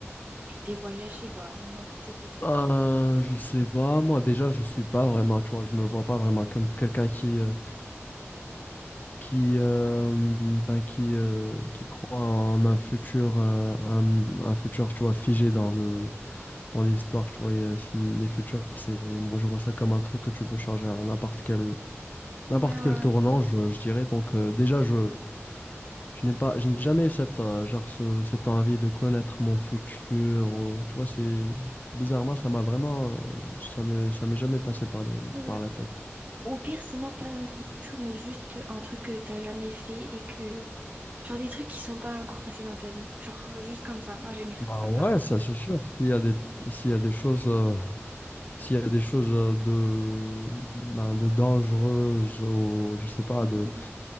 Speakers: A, on the right; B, on the left.
A: Genre, tes voyages, je sais pas, n'importe quel truc.
B: Euh, je sais pas, moi déjà je suis pas vraiment, tu vois, je me vois pas vraiment comme quelqu'un qui euh, qui euh, ben, qui euh, qui croit en un futur euh, un, un futur tu vois figé dans le dans l'histoire, tu vois, et, euh, c- les futurs c'est moi je vois ça comme un truc que tu peux changer à n'importe quel
A: Ouais,
B: n'importe
A: ouais,
B: quel tournant,
A: ouais.
B: je, je dirais. Donc euh, déjà je Je n'ai pas, je n'ai jamais eu cette, euh, genre ce- cette envie de connaître mon futur. ou- tu vois, c'est bizarrement, ça m'a vraiment, euh, ça m'est, ça m'est jamais passé par, le-
A: Ouais.
B: par la tête.
A: Au pire, sinon, pas dans ton futur, mais juste un truc que t'as jamais fait et que. Genre des trucs qui sont pas encore passés dans ta vie. Genre euh, juste comme ça, en général,
B: Bah
A: comme
B: ouais,
A: ça, un truc.
B: ça c'est sûr. S'il y a des, s'il y a des choses, euh, s'il y a des choses euh, de, ben, de dangereuses ou je sais pas,
A: Mhm.
B: de